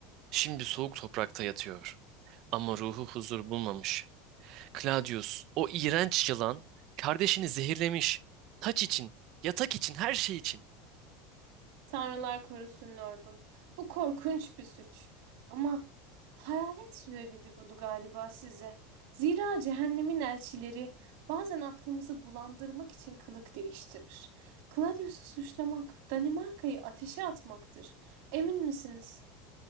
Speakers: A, on the right; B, on the right.
A: şimdi soğuk toprakta yatıyor. Ama ruhu huzur bulmamış. Claudius, o iğrenç yılan, kardeşini zehirlemiş. Taç için, yatak için, her şey için.
B: Tanrılar korusun lordum. Bu korkunç bir suç. Ama hayalet söyledi bunu galiba size. Zira cehennemin elçileri bazen aklımızı bulandırmak için kılık değiştirir. Claudius'u suçlamak, Danimarka'yı ateşe atmaktır. Emin misiniz?